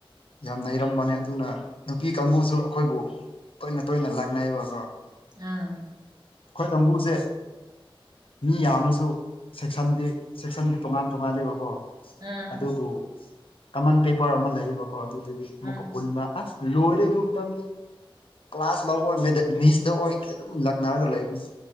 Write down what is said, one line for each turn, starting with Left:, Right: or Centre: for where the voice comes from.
Left: ꯌꯥꯝ ꯅꯩꯔꯝꯕꯅꯦ ꯑꯗꯨꯅ ꯅꯨꯄꯤ ꯀꯥꯡꯕꯨꯁꯨ ꯑꯩꯈꯣꯏꯕꯨ ꯇꯣꯏꯅ ꯇꯣꯏꯅ ꯂꯥꯛꯅꯩꯕꯀꯣ
Right: ꯑꯥ
Left: ꯑꯩꯈꯣꯏ ꯀꯥꯡꯕꯨꯁꯦ ꯃꯤ ꯌꯥꯝꯅꯁꯨ ꯁꯦꯛꯁꯟꯗꯤ ꯁꯦꯛꯁꯟꯒꯤ ꯇꯣꯉꯥꯟ ꯇꯣꯉꯥꯜꯂꯤꯕꯀꯣ
Right: ꯑꯥ
Left: ꯑꯗꯨꯕꯨ ꯀꯃꯟ ꯄꯦꯄꯔ ꯑꯃ ꯂꯩꯌꯦꯕꯀꯣ ꯑꯗꯨꯗꯒꯤ ꯑꯃꯨꯛꯀ
Right: ꯑꯥ
Left: ꯄꯨꯟꯕ ꯑꯁ ꯂꯣꯔꯦ ꯇꯝꯗꯤ ꯀ꯭ꯂꯥꯁ ꯂꯧꯕ <inaudible> ꯃꯤꯁꯗ ꯑꯣꯏꯒ ꯑꯗꯨꯝ ꯂꯛꯅꯔꯒ ꯂꯩꯕꯅꯤ